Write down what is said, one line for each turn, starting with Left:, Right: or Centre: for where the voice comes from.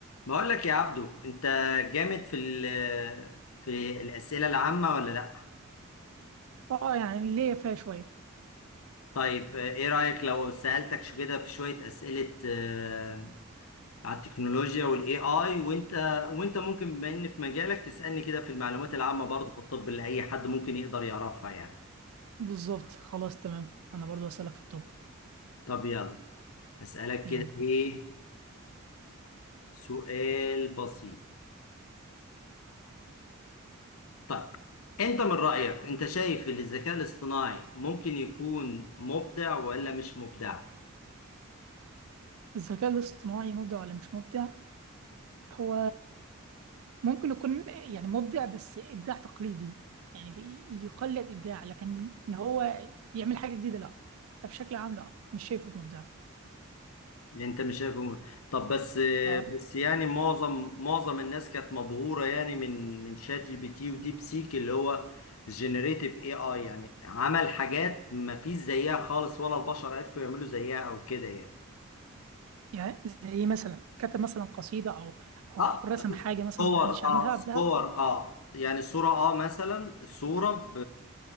Left: بقول لك يا عبدو انت جامد في ال- في الأسئلة العامة ولا لا
Right: اه يعني ليا فيها شوية
Left: طيب ايه رأيك لو سألتك شو كده في شوية أسئلة آه، على التكنولوجيا والاي اي وانت وانت ممكن بما ان في مجالك تسألني كده في المعلومات العامة برضه في الطب اللي اي حد ممكن يقدر يعرفها يعني
Right: بالظبط خلاص تمام انا برضو اسألك في الطب
Left: طب يلا أسألك
Right: يلا
Left: كده ايه سؤال بسيط طيب انت من رأيك انت شايف ان الذكاء الاصطناعي ممكن يكون مبدع ولا مش مبدع
Right: الذكاء الاصطناعي مبدع ولا مش مبدع هو ممكن يكون يعني مبدع بس ابداع تقليدي يعني يقلد ابداع لكن ي- ان هو يعمل حاجة جديدة لا فبشكل عام لا مش شايفه مبدع
Left: انت مش شايفه م- طب بس
Right: اه
Left: بس يعني معظم معظم الناس كانت مبهوره يعني من من شات جي بي تي وديب سيك اللي هو جينيريتيف اي اي يعني عمل حاجات ما فيش زيها خالص ولا البشر عرفوا يعملوا زيها او كده يعني
Right: يعني زي مثلا كتب مثلا قصيدة او او
Left: اه
Right: رسم حاجة مثلا
Left: صور
Right: محدش
Left: اه
Right: عملها قبلها
Left: صور اه يعني صوره اه مثلا صوره